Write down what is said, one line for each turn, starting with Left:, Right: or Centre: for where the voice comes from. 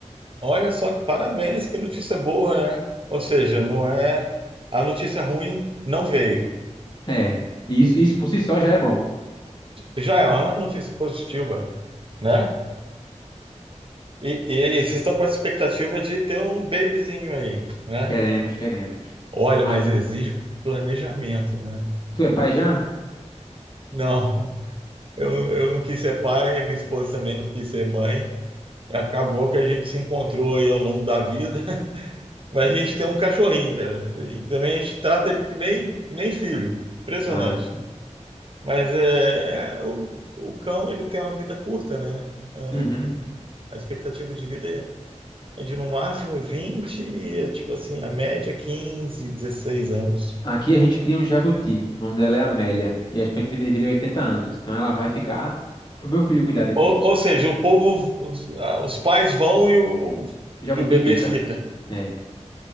Right: Olha só, que parabéns, que notícia boa, né? Ou seja, não é. A notícia ruim não veio.
Left: É, e isso, isso por si só já é bom.
Right: já é uma notícia positiva, né? E, e, e vocês estão com essa expectativa de ter um babyzinho aí, né?
Left: Queremos, queremos.
Right: Olha,
Left: Ah,
Right: mas exige planejamento, né?
Left: tu é pai já?
Right: Não, eu, eu não quis ser pai, minha esposa também não quis ser mãe. E acabou que a gente se encontrou aí ao longo da vida. <laughs> Mas a gente tem um cachorrinho, cara. E também a gente trata ele que nem, que nem filho. Impressionante.
Left: Ah,
Right: Mas é, é, o, o cão, ele tem uma vida curta, né? É,
Left: uhum.
Right: A expectativa de vida é é de no máximo vinte e, é, tipo assim, a média é 15 16 anos.
Left: Aqui a gente cria um jabuti. O nome dela é Amélia. E a expectativa de vida é 80 anos. Então ela vai ficar pro meu filho cuidar depois.
Right: Ou, ou seja, o povo, os, ah, os pais vão e o,
Left: O jabuti
Right: e o bebê
Left: fica.
Right: fica.
Left: É.